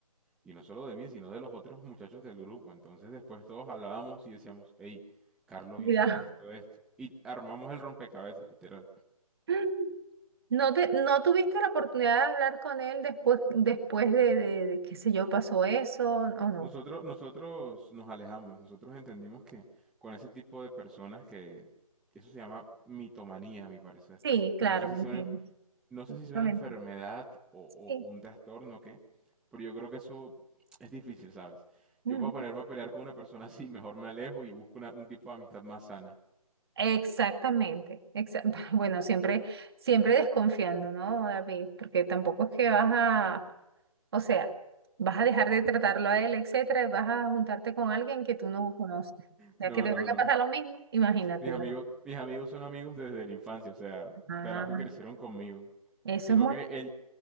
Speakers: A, in the centre; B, on the right.
A: Y no solo de mí, sino de los otros muchachos del grupo. Entonces después todos hablábamos y decíamos, hey, Carlos
B: Mira.
A: hizo esto, esto. Y armamos el rompecabezas, literal.
B: <laughs> ¿No te, no tuviste la oportunidad de hablar con él después, después de, de, de, qué sé yo, pasó eso o no?
A: Nosotros, nosotros nos alejamos, nosotros entendimos que con ese tipo de personas que eso se llama mitomanía, a mi parecer.
B: Sí, claro,
A: Y no sé
B: mentimos.
A: si sea una, no sé
B: Exactamente.
A: si sea una enfermedad o, o
B: Sí.
A: un trastorno o qué, pero yo creo que eso es difícil, ¿sabes?
B: ujú.
A: Yo para ponerme a pelear con una persona así, mejor me alejo y busco una- un tipo de amistad más sana.
B: Exactamente. exa- <laughs> bueno, siempre, siempre desconfiando, ¿no, David? Porque tampoco es que vas a, o sea, vas a dejar de tratarlo a él, etcétera, y vas a juntarte con alguien que tú no conoces. O sea,
A: No,
B: que te
A: no,
B: vaya
A: no.
B: a pasar lo mismo, imagínate,
A: Mis amigos,
B: ¿no?
A: mis amigos son amigos desde la infancia, o sea,
B: Ah,
A: pelados que crecieron conmigo.
B: eso
A: Sino
B: es muy...
A: que él,